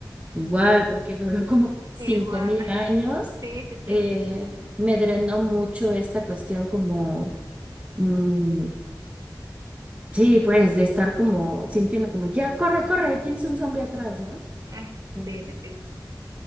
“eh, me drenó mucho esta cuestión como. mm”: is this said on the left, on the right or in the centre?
Right